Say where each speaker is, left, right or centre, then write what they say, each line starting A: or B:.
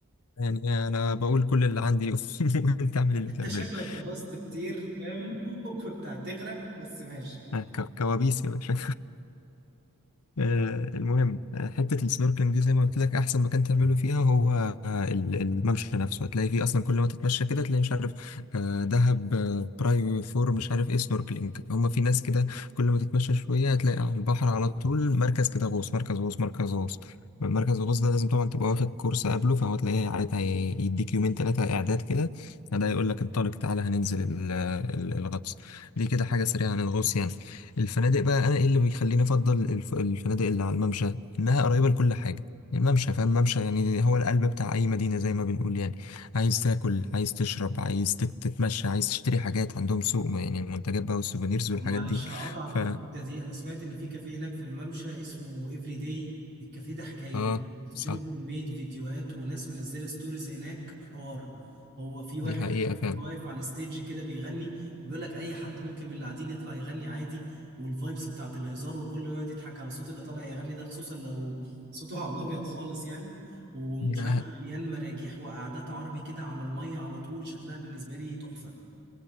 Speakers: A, on the left (about 80°); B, on the right (about 50°).
A: يعني انا بقول كل اللي عندي <laughs> وانت اعمل اللي
B: <laughs> انت
A: تعمله
B: شكلك
A: <laughs>
B: غطست كتير فاهم <laughs> وكنت هتغرق بس ماشي
A: أنا ك- كوابيس يا باشا آه، المهم آه، حتة السنوركلينج دي زي ما قلت لك أحسن مكان تعمله فيها هو آه، ال- الممشى نفسه هتلاقي فيه أصلا كل ما تتمشى كده تلاقي مش عارف آه، دهب آه، براي فور مش عارف إيه سنوركلينج هما في ناس كده كل ما تتمشى شوية هتلاقي على البحر على طول مركز كده غوص مركز غوص مركز غوص مركز الغوص ده لازم طبعا تبقى واخد كورس قبله فهو تلاقيه عارف هي- يديك يومين ثلاثة إعداد كده ده يقول لك انطلق تعالى هننزل ال- ال- الغطس دي كده حاجة سريعة عن الغوص يعني الفنادق بقى انا ايه اللي بيخليني افضل الف... الفنادق اللي على الممشى انها قريبه لكل حاجه يعني الممشى فاهم الممشى يعني هو القلب بتاع اي مدينه زي ما بنقول يعني عايز تاكل عايز تشرب عايز تت- تتمشى عايز تشتري حاجات عندهم سوق يعني المنتجات بقى والسوفينيرز
B: طب
A: والحاجات
B: معلش
A: دي
B: هقطعك
A: ف
B: في الحتة دي أنا سمعت إن في كافيه هناك في الممشى اسمه إفري داي الكافيه ده حكاية
A: اه
B: شفت
A: صح
B: له كمية فيديوهات وناس منزلة ستوريز هناك حوار هو في واحد
A: دي حقيقه
B: بيبقى واقف على الستيج كده بيغني وبيقول لك أي حد ممكن من اللي قاعدين يطلع يغني عادي والفايبس بتاعت الهزار وكله يقعد يضحك على صوت اللي طالع يغني ده خصوصا لو صوته على الأبيض خالص يعني ومش
A: فعلا
B: عارف مليان مراجيح وقعدات عربي كده على المية على طول شكلها بالنسبة لي تحفة